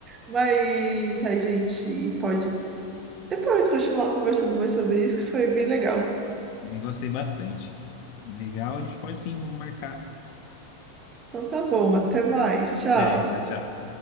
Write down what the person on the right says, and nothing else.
mas a gente pode depois continuar conversando mais sobre isso, que foi bem legal.
Então, tá bom, até mais. Tchau.